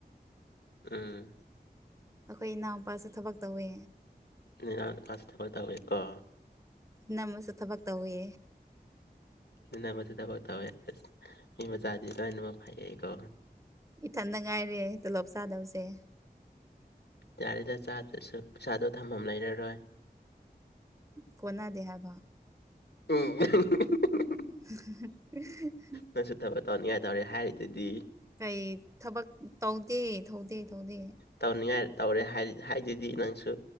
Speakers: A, on the left; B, on the right.
A: ꯎꯝ
B: ꯑꯩꯈꯣꯏ ꯏꯅꯥꯎꯄꯥꯁꯨ ꯊꯕꯛ ꯇꯧꯋꯦ
A: ꯅꯅꯥꯎ ꯅꯨꯄꯥꯁꯨ ꯊꯕꯛ ꯇꯧꯋꯦꯀꯣ
B: ꯏꯅꯝꯃꯁꯨ ꯊꯕꯛ ꯇꯧꯋꯦ
A: ꯅꯅꯝꯃꯁꯨ ꯊꯕꯛ ꯇꯧꯋꯦ ꯑꯁ ꯃꯤ ꯃꯆꯥꯗꯤ ꯂꯣꯏꯅꯃꯛ ꯐꯩꯌꯦꯀꯣ
B: ꯏꯊꯟꯗ ꯉꯥꯏꯔꯦ ꯇꯣꯂꯣꯞ ꯆꯥꯗꯕꯁꯦ
A: ꯌꯥꯔꯦꯗ ꯆꯥꯗ꯭ꯔꯁꯨ ꯄꯩꯁꯥꯗꯣ ꯊꯝꯐꯝ ꯂꯩꯔꯔꯣꯏ
B: ꯀꯣꯅꯥꯗꯦ ꯍꯥꯕ
A: ꯎꯝ
B: ꯍꯥꯍꯥꯍꯥ ꯍꯥ
A: ꯅꯪꯁꯨ ꯊꯕꯛ ꯇꯧꯅꯤꯡꯉꯥꯏ ꯇꯧꯔꯦ ꯍꯥꯏꯔꯤꯗꯨꯗꯤ
B: ꯀꯩ ꯊꯕꯛ ꯇꯧꯗꯦ ꯇꯧꯗꯦ ꯇꯧꯗꯦ
A: ꯇꯧꯅꯤꯡꯉꯥꯏ ꯇꯧꯔꯦ ꯍꯥꯏꯗꯨꯗꯤ ꯅꯪꯁꯨ